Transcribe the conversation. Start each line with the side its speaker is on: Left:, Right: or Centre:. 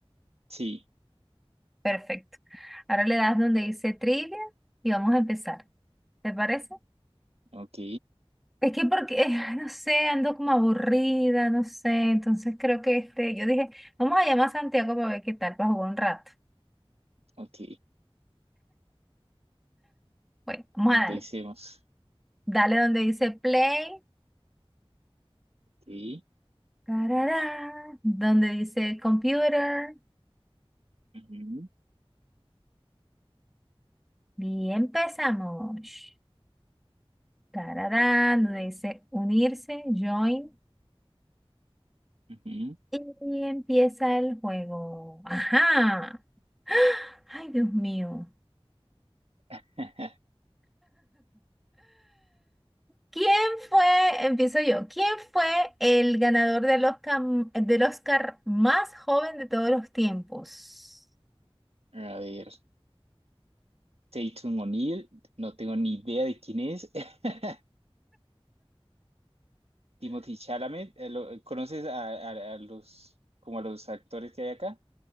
Right: sí,
Centre: Perfecto. Ahora le das donde dice Trivia y vamos a empezar. ¿Te parece?
Right: ok,
Centre: Es que porque, eh, no sé, ando como aburrida, no sé, entonces creo que este, yo dije, vamos a llamar a Santiago para ver qué tal, para jugar un rato.
Right: ok,
Centre: Bueno, vamos
Right: empecemos.
Centre: a darle. Dale donde dice play,
Right: Ok,
Centre: tarará, donde dice computer,
Right: ujú,
Centre: y empezamos. Tarará, donde dice unirse, join,
Right: ujú.
Centre: y empieza el juego. Ajá. Ay, Dios mío.
Right: <laughs>
Centre: ¿Quién fue, empiezo yo, quién fue el ganador del Oscar, del Oscar más joven de todos los tiempos?
Right: A ver, Tatum O'Neill, no tengo ni idea de quién es. <laughs> Timothy Chalamet, eh, lo- ¿conoces a, a- a los, como a los actores que hay acá?